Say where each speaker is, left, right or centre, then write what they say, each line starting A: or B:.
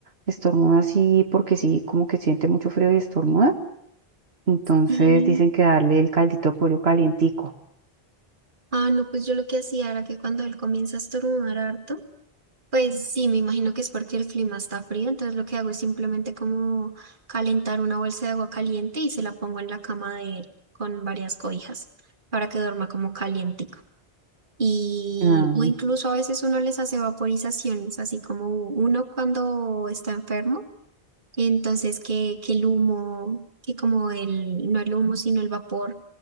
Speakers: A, on the right; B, on the right.
A: estornuda así porque sí, como que siente mucho frío y estornuda. Entonces
B: Y,
A: dicen que darle el caldito de pollo calientico.
B: ah, no, pues yo lo que hacía era que cuando él comienza a estornudar harto, Pues sí, me imagino que es porque el clima está frío, entonces lo que hago es simplemente como calentar una bolsa de agua caliente y se la pongo en la cama de él con varias cobijas para que duerma como calientico. Y
A: Ah,
B: o incluso a veces uno les hace vaporizaciones, así como uno cuando está enfermo. Entonces, que, que el humo, que como el, no el humo, sino el vapor,